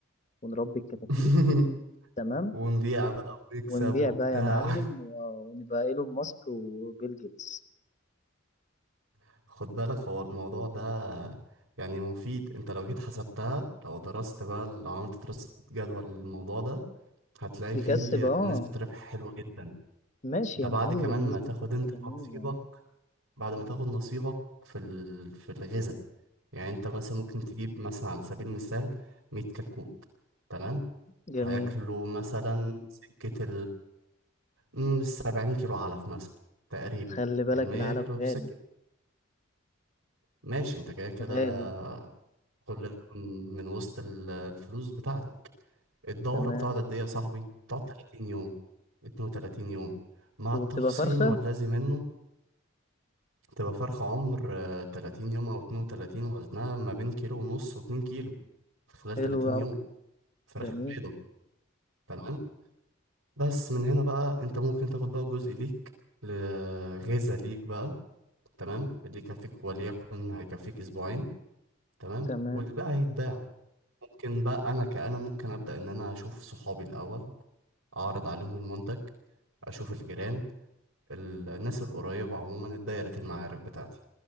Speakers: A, on the left; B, on the right.
A: ونربي الكتاكيت
B: <laughs>
A: تمام
B: ونبيع بقى ونكسب
A: ونبيع
B: وبتاع
A: بقى يا معلم و- ونبقى ايلون ماسك وبيل جيتس
B: <laughs> خد بالك هو الموضوع ده يعني مفيد انت لو جيت حسبتها لو درست بقى لو عملت دراسة جدوى للموضوع ده هتلاقي
A: يكسب
B: فيه
A: اه
B: نسبة ربح حلوة جدا
A: ماشي
B: ده
A: يا
B: بعد
A: معلم
B: كمان ما
A: نسبة
B: تاخد
A: ربح
B: انت
A: جميلة
B: نصيبك بعد ما تاخد نصيبك في ال... في الغذاء يعني انت مثلا ممكن تجيب مثلا على سبيل المثال 100 كتكوت تمام
A: جميل
B: هياكلوا مثلا سكة أمم، 70 كيلو علف مثلا تقريبا
A: خلي بالك
B: المية
A: العلف
B: ياكلوا
A: غالي
B: بسكة ماشي انت كده كده
A: غالي
B: كل ده من من وسط ال- الفلوس بتاعتك الدورة
A: تمام
B: بتقعد قد ايه يا صاحبي؟ بتقعد 30 يوم 32 يوم مع
A: وبتبقى
B: التحصين
A: فرخة
B: والذي منه تبقى فرخة عمر آه، 30 يوم أو 32 وزنها ما بين كيلو ونص واتنين كيلو في خلال
A: حلو
B: 30 يوم
A: أوي
B: فرخة
A: جميل
B: بيضة تمام بس من هنا بقى انت ممكن تاخد بقى جزء ليك ل- غذاء ليك بقى تمام اللي يكفيك وليكن هيكفيك اسبوعين تمام
A: تمام
B: والباقي هيتباع ممكن بقى انا كأنا ممكن ابدأ ان انا اشوف صحابي الاول اعرض عليهم المنتج اشوف الجيران ال- الناس القريبة عموما دايرة المعارف بتاعتي